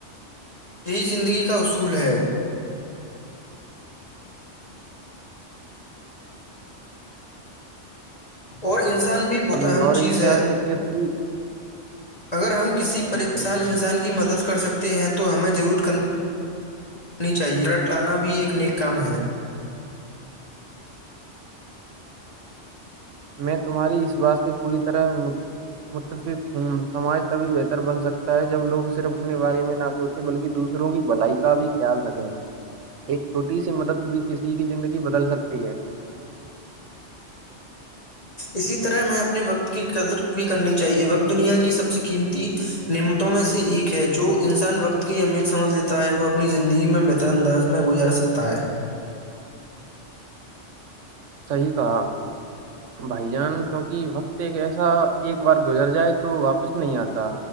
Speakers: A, on the left; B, on the right.
A: یہی زندگی کا اصول ہے اور انسان بھی بہت
B: ہم،
A: اہم
B: اور انسانیت
A: چیز ہے
B: بھی
A: اگر ہم کسی پریشان
B: ہم،
A: انسان کی مدد کر کر سکتے ہیں تو ہمیں ضرور کرانی چاہیے رٹ لانا بھی ایک نیک کام ہے
B: میں تمہاری اس واسط سے پوری طرح متفق ہوں سماج تبھی بہتر بن سکتا ہے جب لوگ صرف اپنے بارے میں نہ سوچیں بلکہ دوسروں کی بھلائی کا بھی خیال رکھیں ایک چھوٹی سی مدد بھی کسی کی زندگی بدل سکتی ہے
A: اسی طرح ہمیں اپنے وقت کی قدر بھی کرنی چاہیے وقت دنیا کی سب سے قیمتی نعمتوں میں سے ایک ہے جو انسان وقت کی اہمیت سمجھ لیتا ہے وہ اپنی زندگی میں بہتر انداز میں گزار سکتا ہے
B: صحیح کہا بھائی جان کیونکہ وقت ایک ایسا ایک بار گزر جائے تو واپس نہیں آتا